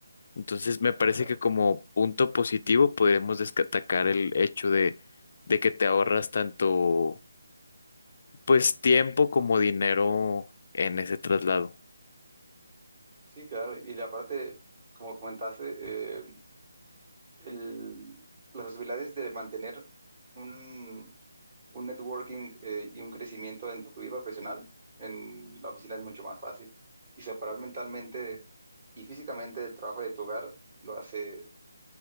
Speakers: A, on the left; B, on the right.
A: Entonces, me parece
B: Sí, claro.
A: que como punto positivo podremos destacar el hecho de, de que te ahorras tanto, pues, tiempo como dinero en ese traslado.
B: Sí, claro. Y la parte, como comentaste, eh, el- las posibilidades de mantener un, un networking eh, y un crecimiento en tu vida profesional en la oficina es mucho más fácil. Y separar mentalmente y físicamente el trabajo de tu hogar lo hace,